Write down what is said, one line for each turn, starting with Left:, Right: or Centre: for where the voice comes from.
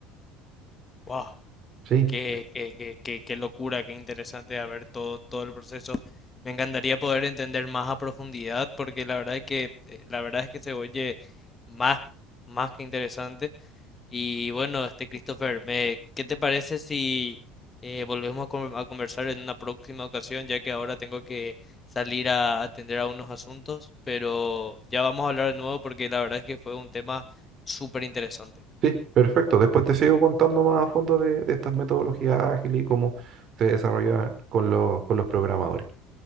Left: ¿no?
Right: ¿Sí?
Left: Qué, qué- qué- qué- qué locura, qué interesante a ver todo, todo el proceso. Me encantaría poder entender más a profundidad porque la verdad es que, eh, la verdad es que se oye más, más que interesante. Y bueno, este Christopher, me, ¿qué te parece si eh, volvemos a, con- a conversar en una próxima ocasión, ya que ahora tengo que salir a atender a unos asuntos, pero ya vamos a hablar de nuevo porque la verdad es que fue un tema súper interesante.
Right: Sí, perfecto. Después te sigo contando más a fondo de, de estas metodologías ágiles y cómo se desarrollan con los, con los programadores.